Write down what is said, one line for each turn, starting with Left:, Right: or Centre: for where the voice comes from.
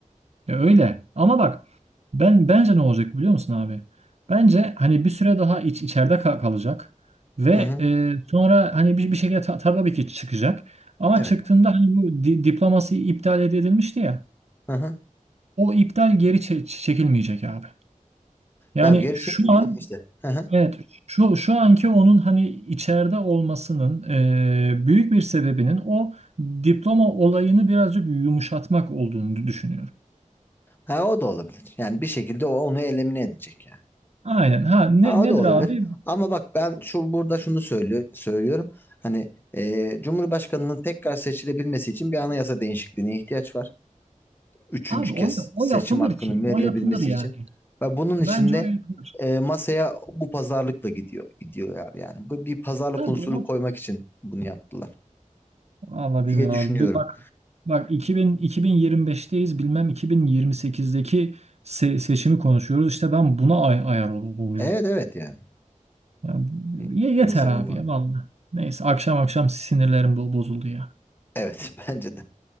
Right: Ya öyle. Ama bak ben bence ne olacak biliyor musun abi? Bence hani bir süre daha iç, içeride ka- kalacak ve
Left: Hı hı.
Right: e, sonra hani bir, bir şekilde ta, tabii ki çıkacak. Ama
Left: Evet.
Right: çıktığında hani bu di- diploması iptal ed- edilmişti ya.
Left: Hı hı.
Right: O iptal geri çe- çekilmeyecek abi. Yani
Left: Ya geri
Right: şu
Left: çekilecek
Right: an
Left: işte. Hı hı.
Right: evet şu şu anki onun hani içeride olmasının e, büyük bir sebebinin o diploma olayını birazcık yumuşatmak olduğunu düşünüyorum.
Left: Ha o da olabilir. Yani bir şekilde o onu elimine edecek yani.
Right: Aynen. Ha ne
Left: Ha, o
Right: nedir
Left: da olabilir.
Right: abi?
Left: Ama bak ben şu burada şunu söylüyor, söylüyorum. Hani e, Cumhurbaşkanının tekrar seçilebilmesi için bir anayasa değişikliğine ihtiyaç var. üçüncü
Right: Abi o,
Left: kez
Right: o
Left: seçim
Right: yapılır
Left: hakkının
Right: ki.
Left: verilebilmesi
Right: O yapılır yani.
Left: için. Ve bunun
Right: Bence
Left: için de
Right: o yapılır.
Left: e, masaya bu pazarlıkla gidiyor gidiyorlar yani. Bu bir pazarlık
Right: Tabii
Left: unsuru
Right: o
Left: koymak için bunu yaptılar
Right: Allah
Left: diye
Right: bilmiyorum
Left: düşünüyorum.
Right: abi. Bir bak bak 2000 2025'teyiz. Bilmem 2028'deki se- seçimi konuşuyoruz. İşte ben buna ay ayar ol- oluyorum.
Left: Evet evet yani.
Right: Ya,
Left: İ-
Right: ye- yeter
Left: İnsan
Right: abi
Left: bulan.
Right: ya vallahi. Neyse akşam akşam sinirlerim bo- bozuldu ya.
Left: Evet <laughs> bence de.